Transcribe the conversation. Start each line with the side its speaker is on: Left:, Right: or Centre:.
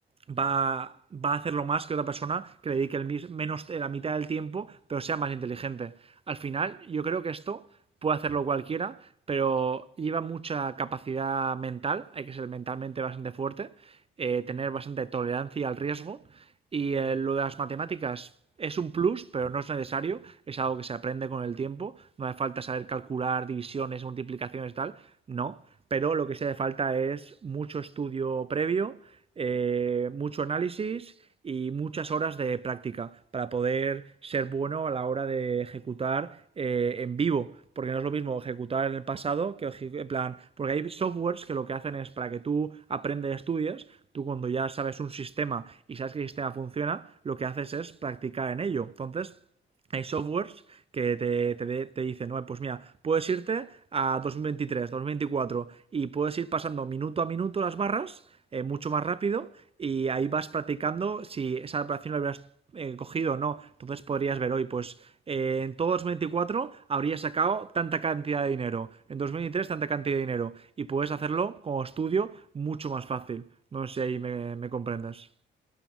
Right: va,
Left: ya.
Right: va a hacerlo más que otra persona que le dedique el mis- menos eh, la mitad del tiempo, pero sea más inteligente. Al final, yo creo que esto puede hacerlo cualquiera, pero lleva mucha capacidad mental, hay que ser mentalmente bastante fuerte, eh,
Left: Mm,
Right: tener bastante tolerancia al riesgo y
Left: mm.
Right: eh, lo de las matemáticas es un plus, pero no es necesario, es algo que se aprende con el tiempo, no hace falta saber calcular divisiones, multiplicaciones y tal, no, pero lo que sí hace falta es mucho estudio previo eh, mucho análisis y muchas horas de práctica para poder ser bueno a la hora de ejecutar eh, en vivo. Porque no es lo mismo ejecutar en el pasado que en plan. Porque hay softwares que lo que hacen es para que tú aprendes, estudias Tú, cuando ya sabes un sistema y sabes que el sistema funciona, lo que haces es practicar en ello. Entonces, hay softwares que te, te, te dicen, no, pues mira, puedes irte a 2023, 2024 y puedes ir pasando minuto a minuto las barras eh, mucho más rápido y ahí vas practicando si esa operación la hubieras eh, cogido o no. Entonces podrías ver hoy, pues eh, en todo 2024 habría sacado tanta cantidad de dinero, en 2023 tanta cantidad de dinero y puedes hacerlo como estudio mucho más fácil. No sé si ahí me, me comprendes.